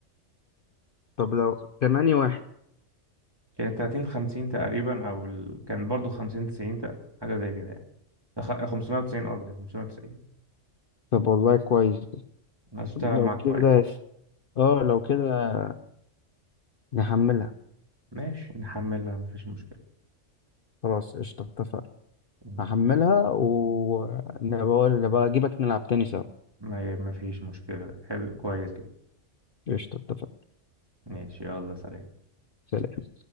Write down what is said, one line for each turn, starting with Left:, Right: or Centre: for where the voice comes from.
Left: طب لو كان أنهي واحد
Right: كانت 30 50 تقريبا او ال... كان برضو 50 90 تق- حاجه زي كده يعني أخ- 590 قصدي 590
Left: طب والله كويس ده.
Right: هشتغل
Left: لو
Right: معاك
Left: كده
Right: مم. كويس
Left: يس- اه لو كده نحملها
Right: ماشي نحملها مفيش مشكله
Left: خلاص قشطة اتفقنا
Right: ماشي.
Left: هحملها ونبقى نبقى أجيبك نلعب تاني سوا
Right: ما ما فيش مشكله حلو كويس جدا
Left: قشطة اتفقنا
Right: ماشي يلا سلام
Left: سلام